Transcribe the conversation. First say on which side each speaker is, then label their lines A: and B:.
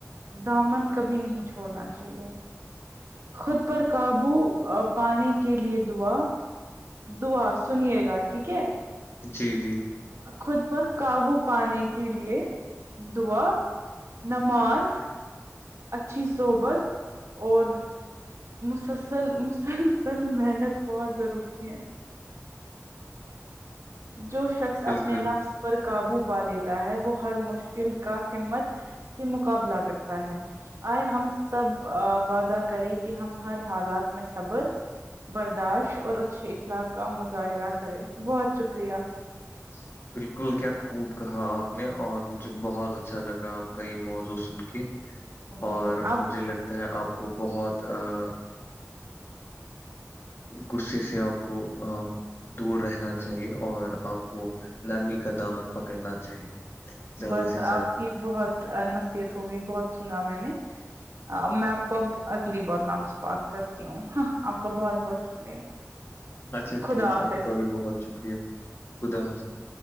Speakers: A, on the right (about 60°); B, on the left (about 50°).
A: دامن کبھی نہیں چھوڑنا چاہیے خود پر قابو پانے کے لیے دعا دعا سنیے گا ٹھیک ہے
B: جی جی
A: خود پر قابو پانے کے لیے دعا نماز اچھی صحبت اور مسلسل مسلسل محنت بہت ضروری ہے جو شخص
B: بالکل
A: اپنے نفس پر قابو پا لیتا ہے وہ ہر مشکل کا ہمت سے مقابلہ کرتا ہے آئے ہم سب وعدہ کرے کہ ہم ہر حالات میں صبر برداشت اور اچھے اخلاق کا مظاہرہ کرے بہت شکریہ
B: <inaudible> بالکل کیا خوب کہا آپ نے اور مجھے بہت اچھا لگا آپ کا یہ موضوع سن کے
A: جی
B: اور
A: آپ
B: مجھے لگتا ہے آپ کو بہت ا غصے سے آپ کو دور رہنا چاہیے اور آپ کو نرمی کا دامن پکڑنا چاہیے زیادہ
A: بس
B: سے زیادہ
A: آپ کی بہت نصیحت ہوگی بہت سنا میں نے میں آپ کو اب اگلی بار میں آپ سے بات کرتی ہوں آپ کا بہت بہت شکریہ
B: اچھا
A: خدا
B: ٹھیک
A: حافظ
B: ہے آپ کا بھی بہت شکریہ خدا حافظ